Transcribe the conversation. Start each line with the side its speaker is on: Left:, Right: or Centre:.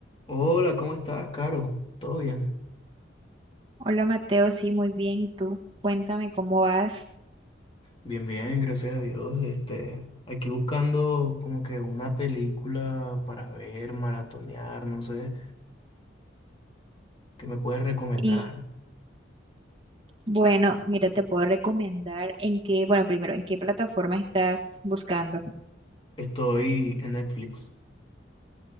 Left: Hola, ¿cómo estás, Caro? ¿Todo bien?
Right: Hola Mateo, sí, muy bien. ¿Y tú? Cuéntame cómo vas.
Left: Bien, bien, gracias a Dios. Este, aquí buscando como que una película para ver, maratonear, no sé, ¿qué me puedes recomendar?
Right: Y bueno, mira, te puedo recomendar en qué, bueno, primero, ¿en qué plataforma estás buscando?
Left: Estoy en Netflix.